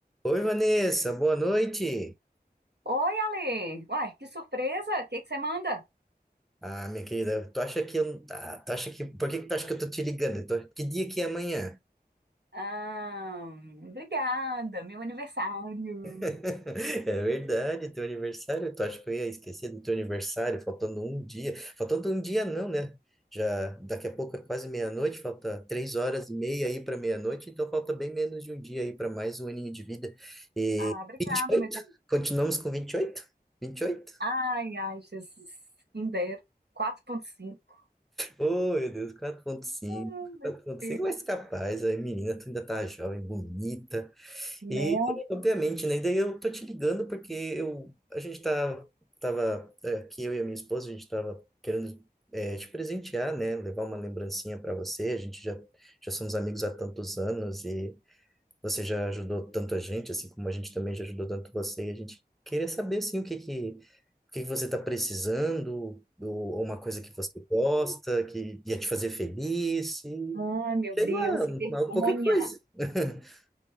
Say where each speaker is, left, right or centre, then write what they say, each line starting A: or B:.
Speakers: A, in the centre; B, on the right.
A: Oi, Vanessa, boa noite.
B: Oi, Ale! Uai, que surpresa! O que que você manda?
A: Ah, minha querida, tu acha que eu, ah, tu acha que, por que que tu acha que eu tô te ligando? Tu- que dia que é amanhã?
B: Ah, obrigada, meu aniversário!
A: <laughs> É verdade, teu aniversário, tu acha que eu ia esquecer do teu aniversário, faltando um dia, faltando um dia não, né? Já daqui a pouco é quase meia-noite, falta três horas e meia aí para meia-noite, então falta bem menos de um dia aí para mais um aninho de vida.
B: Ah, obrigada,
A: Vinte e oito?
B: meu querido.
A: Continuamos com vinte Vinte e oito. vinte e oito.
B: Ai, ai, Jesus, quem dera. 4.5.
A: Oh, meu Deus, quatro quatro ponto cinco
B: Ai, meu
A: quatro ponto
B: Deus.
A: cinco mas capaz, aí, menina, tu ainda tá jovem, bonita,
B: Né?
A: e obviamente, né, e daí eu tô te ligando porque eu, a gente tá, tava, é, aqui, eu e a minha esposa, a gente tava querendo é, te presentear, né, levar uma lembrancinha para você, a gente já, já somos amigos há tantos anos e você já ajudou tanto a gente, assim como a gente também já ajudou tanto você, e a gente queria saber, assim, o que que, o que que você está precisando, ou ou uma coisa que você gosta, que ia te fazer feliz, e
B: Ai, meu
A: sei
B: Deus,
A: lá, uma-
B: que vergonha.
A: qualquer coisa. <laughs>